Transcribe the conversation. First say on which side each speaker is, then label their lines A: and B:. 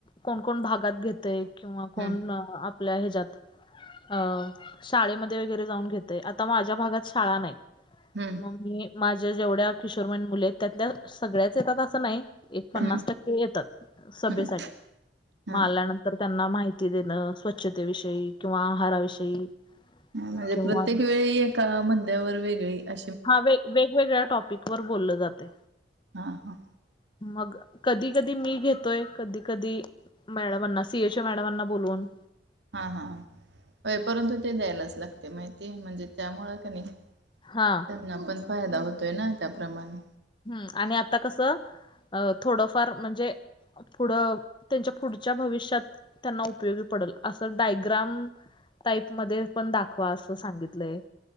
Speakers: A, on the left; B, on the right.
A: कोण कोण भागात घेतय किंवा कोण?
B: हम्म
A: आपल्या ह्याच्यात अ शाळेमध्ये वगैरे जाऊन घेतय आता माझ्या भागात शाळा नाही.
B: हम्म
A: मग मी माझ्या जेवढ्या किशोर मयन मुले आहेत त्यातल्या सगळ्याच येतात असं नाही. एक पन्नास
B: हम्म
A: टक्के येतात सभेसाठी
B: हम्म हा
A: मल्याण. तर त्यांना माहिती देणं स्वच्छतेविषयी किंवा आहाराविषयी
B: म्हणजे
A: किंवा
B: प्रत्येक वेळी एका मद्यावर वेगळी अ
A: हा वे वेगवेगळ्या टॉपिक वर बोललं जाते.
B: हा हा.
A: मग कधी कधी मी घेतोय कधी कधी. मॅडमांना सीएच्या मॅडमांना बोलून.
B: हा हाय परंतु ते द्यायलाच लागते माहिती म्हणजे त्यामुळं का नाही.
A: हा
B: त्यांना पण फायदा होतोय ना त्याप्रमाणे.
A: हम् आणि आता कसं थोडंफार म्हणजे. पुढं त्यांच्या पुढच्या भविष्यात त्यांना उपयोगी पडेल असं डायग्राम. टाईप मध्ये पण दाखवा असं सांगितलंय